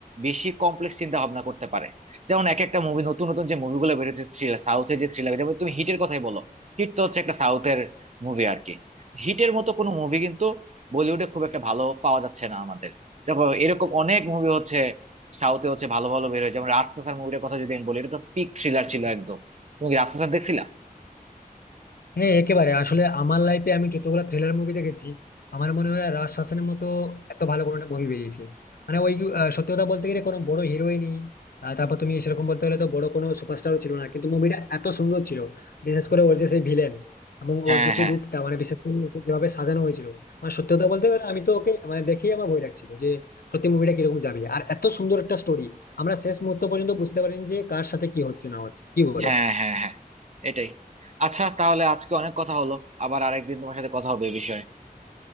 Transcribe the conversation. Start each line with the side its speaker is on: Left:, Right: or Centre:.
Right: বেশি কমপ্লেক্স চিন্তা ভাবনা করতে পারে যেমন এক একটা মুভি নতুন নতুন যে মুভিগুলো বেরোচ্ছে থ্রিলার সাউথের যে থ্রিলার যেমন তুমি হিটের কথাই বলো হিট তো হচ্ছে একটা সাউথের মুভি আর কি হিটের মতো কোনো মুভি কিন্তু বলিউডে খুব একটা ভালো পাওয়া যাচ্ছে না আমাদের দেখো এরকম অনেক মুভি হচ্ছে সাউথে হচ্ছে ভালো ভালো বের হয় যেমন রাজসাসার মুভিটার কথা যদি আমি বলি এটা তো পিক থ্রিলার ছিল একদম তুমি কি রাজসাসার দেখছিলা
Left: হ্যাঁ একেবারে আসলে আমার লাইফে আমি যতগুলো থ্রিলার মুভি দেখেছি আমার মনে হয় রাজ শাসনের মতো এত ভালো কোনো একটা মুভি বেরিয়েছে মানে ওই আহ, সত্যি কথা বলতে গেলে কোনো বড় হিরোই নেই আহ, তারপর তুমি সেরকম বলতে গেলে তো বড় কোনো সুপারস্টারও ছিল না কিন্তু মুভিটা এত সুন্দর ছিল বিশেষ করে ওর যে সেই ভিলেন এবং
Right: হ্যাঁ
Left: ওর যে সেই
Right: হ্যাঁ
Left: রূপটা মানে বিশেষ করে ওকে যেভাবে সাজানো হয়েছিল মানে সত্যি কথা বলতে গেলে আমি তো ওকে মানে দেখেই আমার ভয় লাগছিল যে সত্যি মুভিটা কিরকম যাবে আর এত সুন্দর একটা স্টোরি আমরা শেষ মুহূর্ত পর্যন্ত বুঝতে পারিনি যে কার সাথে কি হচ্ছে না হচ্ছে কি বলো
Right: হ্যাঁ হ্যাঁ হ্যাঁ এটাই আচ্ছা তাহলে আজকে অনেক কথা হলো আবার আরেকদিন তোমার সাথে কথা হবে এই বিষয়ে